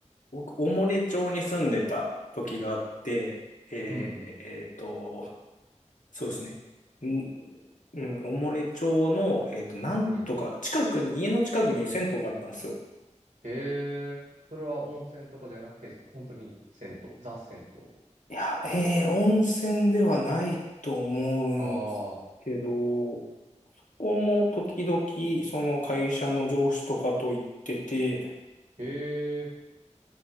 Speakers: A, on the left; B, on the right.
A: 僕、おもれ町に住んでた時があって、えーえーと、
B: うん、うん。
A: そうですね。んうん、おもれ町の、えっと、なんとか、
B: うん
A: 近くに、家の近くに銭湯があったんですよ。
B: へえ、それは温泉とかじゃなくて、本当に銭湯、ザ銭湯。
A: いや、えー、温泉ではないと思うんですけど、
B: ああ、
A: ここも時々、その会社の上司とかと行ってて、
B: へえ、